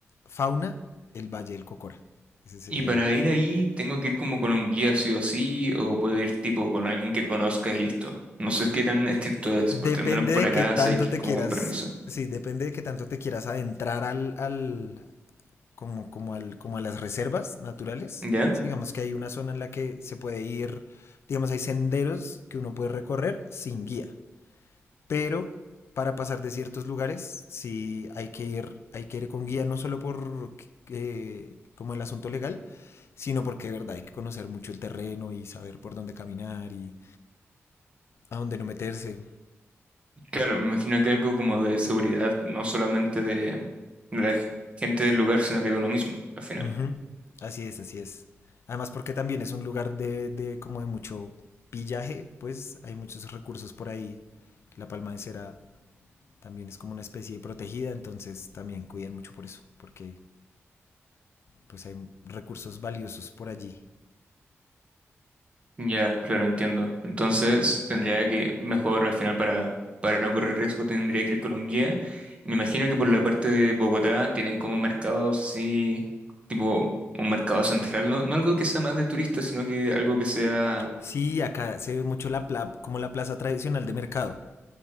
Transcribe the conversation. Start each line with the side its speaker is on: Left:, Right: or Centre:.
Left: fauna, el Valle del Cocora. Ese sería.
Right: Y para ir ahí, ¿tengo que ir como con un guía sí o sí? ¿O puedo ir tipo con alguien que conozca y listo? No sé qué tan estricto es,
Left: Depende
Right: porque al menos por
Left: de
Right: acá
Left: qué tanto
Right: sí hay que
Left: te
Right: ir como
Left: quieras,
Right: con permiso.
Left: sí, depende de qué tanto te quieras adentrar al, al, como, como al, como a las reservas naturales.
Right: ¿Ya?
Left: Sí, digamos que hay una zona en la que se puede ir, digamos, hay senderos que uno puede recorrer sin guía. pero para pasar de ciertos lugares sí hay que ir, hay que ir con guía, no solo por eh, como el asunto legal, sino porque de verdad hay que conocer mucho el terreno y saber por dónde caminar y a dónde no meterse.
Right: Claro, me imagino que algo como de seguridad, no solamente de, de la g- gente del lugar, sino que de uno mismo, al final.
Left: Ujú, Así es, así es. Además porque también es un lugar de, de como de mucho pillaje, pues hay muchos recursos por ahí. La palma de cera también es como una especie protegida, entonces también cuidan mucho por eso, porque pues hay recursos valiosos por allí.
Right: Ya, claro, entiendo. Entonces, tendría que, mejor al final para, para no correr riesgo, tendría que ir con un guía. Me imagino que por la parte de Bogotá tienen como mercados así, tipo un mercado central, no, no algo que sea más de turistas, sino que algo que sea,
Left: Sí, acá se ve mucho la pla- como la plaza tradicional de mercado.